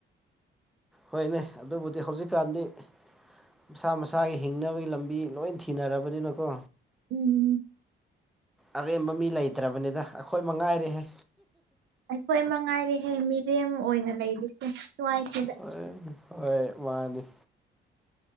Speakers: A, in the centre; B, on the right.
A: ꯍꯣꯏꯅꯦ ꯑꯗꯨꯕꯨꯗꯤ ꯍꯧꯖꯤꯛꯀꯥꯟꯗꯤ ꯃꯁꯥ ꯃꯁꯥꯒꯤ ꯍꯤꯡꯅꯕꯒꯤ ꯂꯝꯕꯤ ꯂꯣꯏ ꯊꯤꯅꯔꯕꯅꯤꯅꯀꯣ
B: ꯎꯝ
A: ꯑꯔꯦꯝꯕ ꯃꯤ ꯂꯩꯇ꯭ꯔꯕꯅꯤꯗ ꯑꯩꯈꯣꯏ ꯃꯉꯥꯏꯔꯦꯍꯦ
B: ꯑꯩꯈꯣꯏ ꯃ ꯉꯥꯏꯔꯤꯦꯍꯦ ꯃꯤꯔꯦꯝ ꯑꯣꯏꯅ ꯂꯩꯔꯤꯁꯦ ꯁ꯭ꯋꯥꯏꯁꯤꯗ
A: ꯐ ꯍꯣꯏ ꯃꯥꯅꯤ